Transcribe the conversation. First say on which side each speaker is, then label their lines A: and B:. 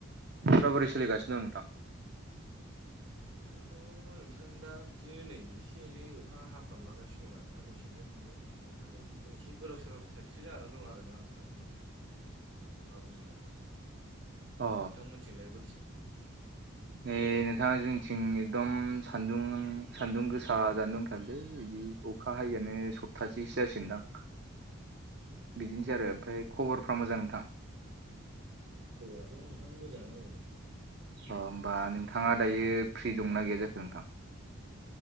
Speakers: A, on the right; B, on the right.
A: माबोरै सोलिगासिनो दं नोंथां?
B: बोथोराथ' नोंथां दा बिदिनो नै एसे एनै अखा हाफ्राम लागासिनो दं आरोना दसेनो दुंलाय दसे नो हालाय बिदिनो एसे गोदाव सोरावसो <unintelligible> जानानै दं आरोना नोंथां बोथोरा मा बुंनो आरो नोंथांमोनथिंलाय
A: अ
B: बोरै सो
A: नै नोंथां जों थिं एकदम सान्दुं सान्दुं गोसा जानानै दंथारलै बिदि अखा हायैआनो सप्तासेसो जासिगोनदां! बिदिनोसै
B: अ
A: आरो ओमफ्राय खबरफ्रा मोजां नोंथां?
B: खबराथ' नोंथां मोजाङानो औ नोंथां
A: अ होमबा नोंथाङा दायो फ्रि दंना गैया जाखो नोंथां?